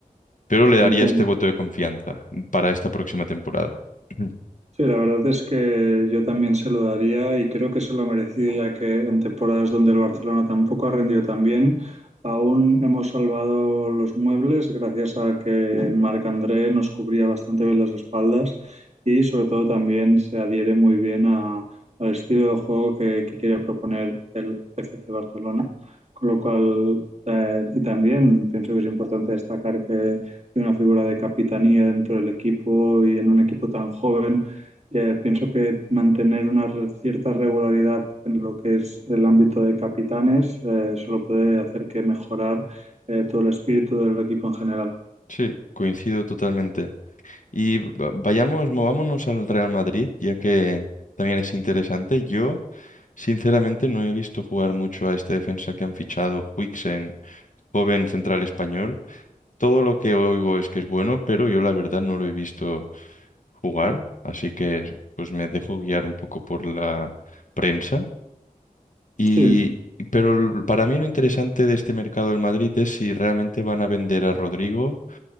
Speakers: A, on the left; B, on the right.
A: Pero le
B: entiendo,
A: daría este voto de confianza para esta próxima temporada. <clears throat>
B: Sí, la verdad es que yo también se lo daría y creo que se lo ha merecido ya que en temporadas donde el Barcelona tampoco ha rendido tan bien, aún hemos salvado los muebles gracias a que Marc-André nos cubría bastante bien las espaldas y sobre todo también se adhiere muy bien a- al estilo de juego que, que quiere proponer el FC Barcelona. Con lo cual, eh, y también pienso que es importante destacar que tiene una figura de capitanía dentro del equipo y en un equipo tan joven eh, pienso que mantener una re- cierta regularidad en lo que es el ámbito de capitanes eh, solo puede hacer que mejorar eh, todo el espíritu del equipo en general.
A: Sí, coincido totalmente. Y va- vayamos, movámonos al Real Madrid, ya que también es interesante. Yo, sinceramente, no he visto jugar mucho a este defensa que han fichado, Huijsen, joven central español. Todo lo que oigo es que es bueno, pero yo la verdad no lo he visto jugar, así que pues me dejo guiar un poco por la prensa. Y
B: Sí,
A: pero el- para mí lo interesante de este mercado del Madrid es si realmente van a vender a Rodrigo